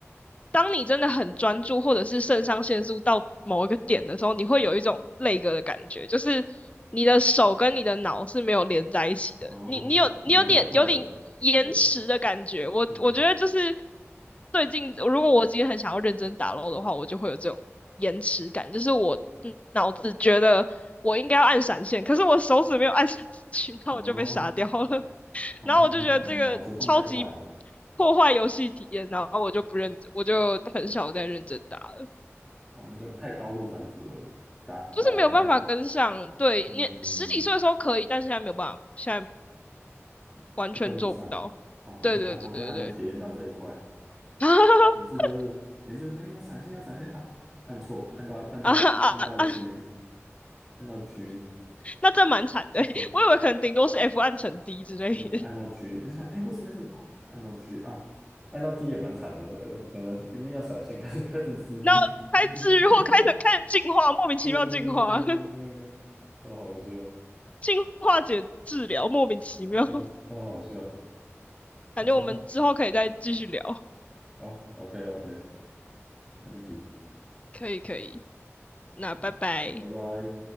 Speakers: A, on the left; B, in the centre.
A: 当你真的很专注，或者是肾上腺素到某一个点的时候，你会有一种累个的感觉，就是你的手跟你的脑是没有连在一起的，
B: 哦，
A: 你你有你有点有点延迟的感觉。
B: 脑太快了，我我
A: 我我觉得就是
B: 嗯，
A: 最近，如果我今天很想要认真打 l 的话，我就会有这种延迟感，就是我嗯脑子觉得。我应该要按闪现，可是我手指没有按下去，<laughs> 那我就被杀掉了。
B: 哦哦，
A: 然后我就觉得这个超级
B: 你你脑子动太快了，
A: 破坏游戏体验，然后我就不认真，我就很少再认真打了，
B: 哦，那个太高度专注了，打打的太，
A: 就是没有办法跟上。对你十几岁的时候可以，
B: 嗯，
A: 但现在没有办法，现在完全做不到。
B: 就会跟不上哦。我是还我是还没体验到这一块，
A: 对对对对对，<laughs>
B: 每次都是每次就是哎要闪现要闪现啊，按错按到按到
A: 啊啊啊！
B: G 按到 G 按到 G，
A: 那这蛮惨的，
B: 对，
A: 我以为可能顶多是 F 暗沉 D 之类的，
B: 没有按到 G，你就想哎为什么为什哦按到 G 啊，按到 D 也蛮惨的，呃可能因为要闪现开始开始治愈，
A: 然后开治愈或开成开始进化，
B: <laughs>
A: 莫名其妙进化，
B: 对对对对对对，
A: <laughs>
B: 超好笑，
A: 进化解治疗，莫名其妙。
B: 对啊超好笑，
A: 感觉我们之后可以再继续聊，
B: 我、常常哦 OK OK 没问题，
A: 可以可以。那拜拜。
B: 好，拜拜。